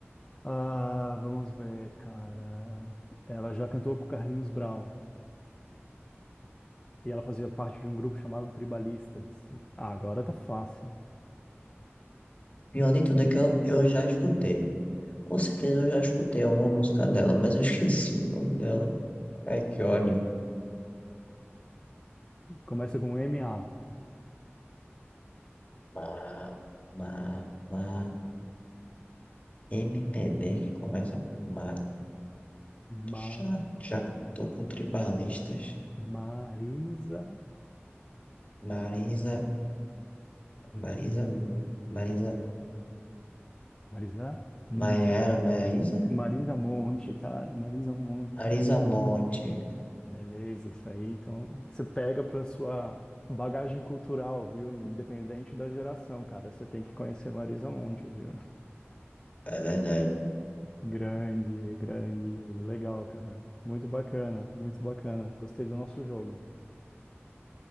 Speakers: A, on the left (about 15°); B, on the left (about 30°).
A: Ah, vamos ver, cara. Ela já cantou com o Carlinhos Brown. E ela fazia parte de um grupo chamado Tribalistas. Ah, agora tá fácil.
B: Pior de tudo é que eu, eu já escutei. Com certeza eu já escutei alguma música dela, mas eu <laughs> esqueci o nome dela. Ai, que ódio.
A: Começa com MA.
B: Ma, ma, ma. MPB que começa com ma. Tu
A: Ma...
B: Já, já cantou com tribalistas.
A: Marisa.
B: Marisa, Marisa, Marisa,
A: Marisa. Mo-
B: Maiara, Maísa?
A: Marisa Monte, cara. Marisa Monte.
B: Marisa Monte.
A: Beleza, isso aí. Então, você pega pra sua bagagem cultural, viu? Independente da geração, cara. Você tem que conhecer Marisa Monte, viu?
B: É verdade.
A: Grande, grande, Júlio. Legal, cara. Muito bacana, muito bacana. Gostei do nosso jogo.